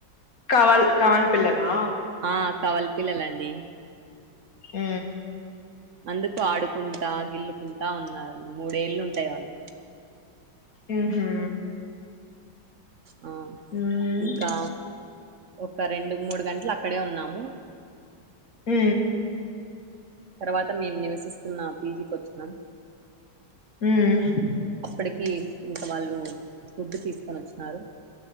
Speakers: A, on the left; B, on the right.
A: కవల్ కవల్ పిల్లలా
B: ఆ కవలి పిల్లలండి
A: ఉ
B: అందుకు ఆడుకుంటా గిల్లుకుంటా ఉన్నారండి మూడేళ్ళు ఉంటాయి వాళ్ళు
A: ఉహు
B: ఆ
A: ఉమ్
B: ఇంకా ఒక రెండు మూడు గంటలు అక్కడే ఉన్నాము
A: ఉ
B: తర్వాత మేము నివసిస్తున్నా పీజికి వచ్చిన
A: ఉమ్
B: అప్పటికి ఇంక వాళ్ళు ఫుడ్ తీసుకొని వచ్చినారు